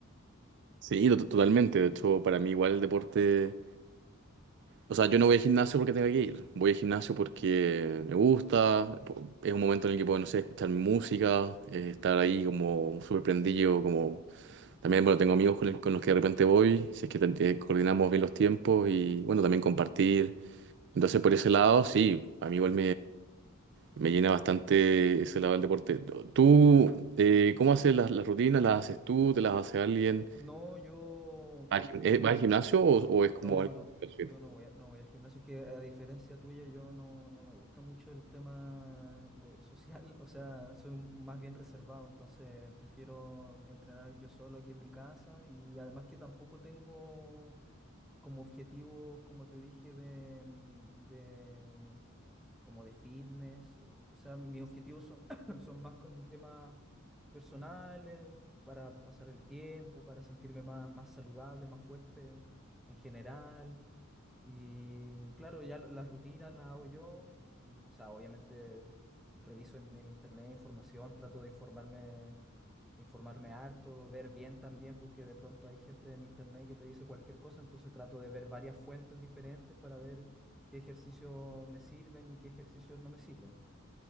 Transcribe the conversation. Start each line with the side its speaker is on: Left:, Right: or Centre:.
Right: Sí, to- totalmente. De hecho, para mí igual el deporte... O sea, yo no voy al gimnasio porque tenga que ir. Voy al gimnasio porque me gusta. po- Es un momento en el que puedo, no sé, escuchar música, eh, estar ahí como súper prendido, como... También, bueno, tengo amigos con, el- con los que de repente voy, si es que tan- eh, coordinamos bien los tiempos y, bueno, también compartir. Entonces, por ese lado, sí, a mí igual Me llena bastante ese lado del deporte. ¿Tú eh, cómo haces las, las rutinas? ¿Las haces tú? ¿Te las hace alguien?
Centre: No, yo,
Right: ¿Vas al gim-
Centre: co-
Right: eh, vas al gimnasio o, o es como
Centre: no,
Right: algo
Centre: no,
Right: que haces?
Centre: yo no voy a- no voy al gimnasio, es que a diferencia tuya, yo no, no me gusta mucho el tema de social, <laughs> o sea, soy un- más bien reservado, entonces prefiero entrenar yo solo aquí en mi casa y además que tampoco tengo como objetivos, como te dije, de, mm, de como de fitness. O o sea, mis objetivos son, <clears throat> son más con temas personales, para pasar el tiempo, para sentirme más, más saludable, más fuerte en general. Y claro, ya la- las rutinas las hago yo, o sea, obviamente reviso en, en internet información, trato de informarme, informarme harto, ver bien también, porque de pronto hay gente en internet que te dice cualquier cosa, entonces trato de ver varias fuentes diferentes para ver qué ejercicios me sirven y qué ejercicios no me sirven.